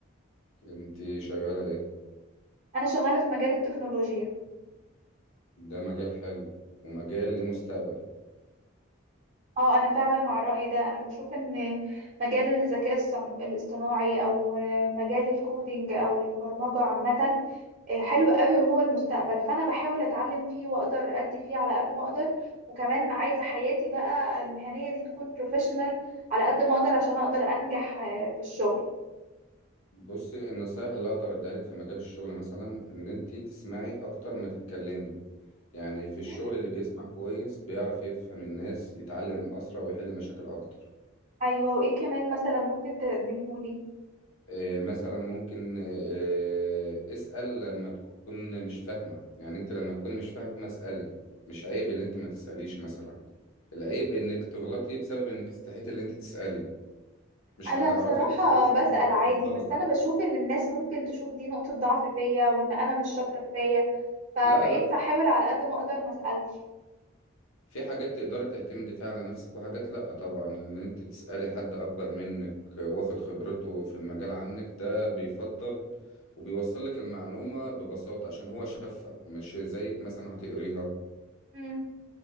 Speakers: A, on the left (about 80°); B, on the right (about 35°).
A: أنت شغالة إيه
B: انا شغالة في مجال التكنولوجيا
A: ده مجال حلو ومجال ليه مستقبل
B: اه انا فعلا مع الرأي ده انا بشوف ان مجال الذكاء الصن- الاصطناعي او مجال الكودينج او البرمجة عامة آه، حلو قوي وهو المستقبل فانا بحاول اتعلم فيه واقدر ادي فيه على قد ما اقدر وكمان عايزه حياتي بقى المهنيه دي تكون بروفيشنال على قد ما اقدر عشان اقدر انجح آه، في الشغل
A: بصي النصايح اللي أقدر أديها لك في مجال الشغل مثلا إن أنت تسمعي أكتر ما تتكلمي يعني في الشغل
B: م?
A: اللي بيسمع كويس بيعرف يفهم الناس يتعلم أسرع ويحل مشاكل أكتر
B: ايوه وايه كمان مثلا ممكن تقدمهولي
A: آه، مثلا ممكن آه، اسأل لما تكون مش فاهمة يعني انت لما تكون مش فاهمة اسألي مش عيب ان انت ما تسأليش مثلا العيب انك تغلطي بسبب انك استحيت ان انت تسألي مش
B: انا
A: هتعرفي
B: بصراحه
A: مثلا
B: بسأل عادي
A: توصلي
B: بس انا بشوف ان الناس ممكن تشوف دي نقطه ضعف فيا وان انا مش شاطره كفايه فبقيت
A: لا لا
B: احاول على قد ما اقدر ما اسالش
A: في حاجات تقدري تعتمدي فيها على نفسك وحاجات لا طبعا ان انت تسألي حد اكبر منك واخد خبرته في المجال عنك ده بيفضل وبيوصل لك المعلومة ببساطة عشان هو شافها مش زيك مثلا هتقريها
B: م.